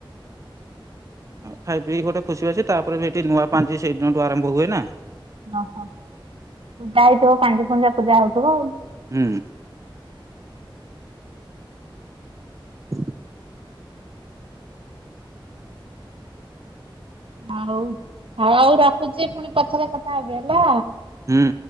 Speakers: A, on the right (about 35°); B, on the right (about 80°).
A: ଆଉ ଖାଇ ପିଇ ଗୋଟେ ଖୁସି ଅସି ତାପରେ ସେଠି ନୂଆ ପାଞ୍ଚ ସେଇ ଦିନଠୁ ଆରମ୍ଭ ହୁଏ ନା।
B: ଓହୋ ପୂଜା ହେଇଥିବ କାଙ୍ଗି ପୁଞ୍ଜିା ପୂଜା ହଉଥିବ ଆଉ।
A: ହୁଁ। <unintelligible>
B: ହଉ ଆଉ ଆଉ ରଖୁଛି ପୁଣି ପଛରେ କଥା ହେବି ହେଲା।
A: ହୁଁ